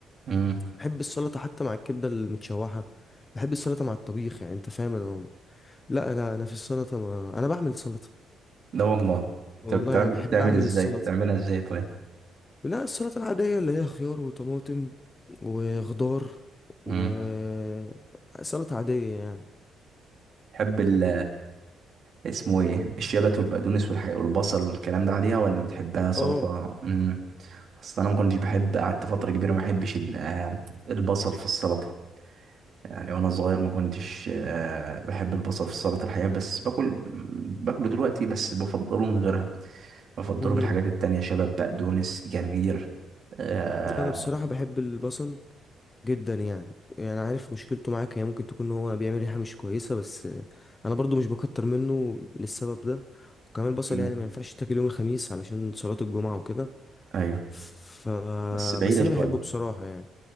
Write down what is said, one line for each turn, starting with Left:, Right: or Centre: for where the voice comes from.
Right: امم
Left: بحب السلطه حتى مع الكبده المتشوحه بحب السلطه مع الطبيخ يعني انت فاهم انا لا انا انا في السلطه ما... انا بعمل سلطه
Right: لا والله
Left: والله
Right: طب بتعمل
Left: يعني بحب
Right: بتعمل
Left: اعمل
Right: ازاي
Left: السلطه
Right: بتعملها ازاي طيب
Left: لا السلطه العاديه اللي هي خيار وطماطم وخضار
Right: امم
Left: وسلطه عاديه يعني
Right: تحب ال اسمه ايه الشبت والبقدونس والحاجة والبصل والكلام ده عليها ولا بتحبها سلطة
Left: اه
Right: امم اصل انا ما كنتش بحب قعدت فترة كبيرة ما بحبش ال- آه، البصل في السلطة يعني وانا صغير ما كنتش آه، بحب البصل في السلطة الحقيقة بس باكل باكله دلوقتي بس بفضله من غيرها بفضله
Left: مم.
Right: بالحاجات التانية شبت بقدونس جرجير آه،
Left: انا بصراحه بحب البصل جدا يعني يعني عارف مشكلته معاك هي ممكن تكون ان هو بيعمل ريحه مش كويسه بس انا برضو مش بكتر منه للسبب ده وكمان البصل
Right: مم.
Left: يعني ما ينفعش تاكل يوم الخميس علشان صلاه الجمعه وكده
Right: ايوه
Left: ف
Right: بس بعيدة
Left: بس انا
Right: شوية
Left: بحبه بصراحه يعني